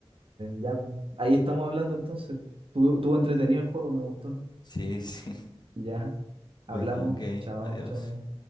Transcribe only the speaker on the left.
Sí, <laughs> sí.
Venga, ok,
adiós.